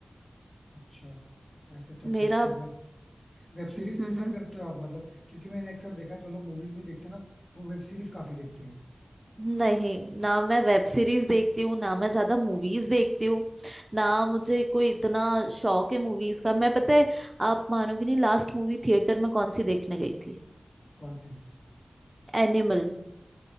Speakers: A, on the left (about 50°); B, on the right (about 30°).
A: अच्छा वैसे तो फिर
B: मेरा
A: तो मैं वेब सीरीज
B: हम्म
A: प्रिफर
B: हम्म।
A: करते हो आप मतलब क्योंकि मैंने अक्सर देखा है, जो लोग मूवीज नहीं देखते ना वो वेब सीरीज काफी देखते हैं
B: नहीं ना मैं वेब सीरीज देखती हूँ ना मैं ज्यादा मूवीज देखती हूँ ना मुझे कोई इतना शौक है मूवीज का मैं पता है आप मानोगे नहीं लास्ट मूवी थिएटर में कौन सी देखने गई थी
A: कौन सी
B: एनिमल